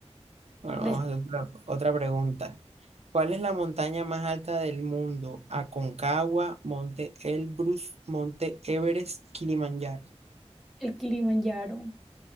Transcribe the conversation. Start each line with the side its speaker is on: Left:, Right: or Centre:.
Right: Bueno,
Centre: de-
Right: vamos a hacer otra, otra pregunta. ¿Cuál es la montaña más alta del mundo? Aconcagua, Monte Elbrus, Monte Everest, Kilimanjaro.
Centre: el Kilimanjaro.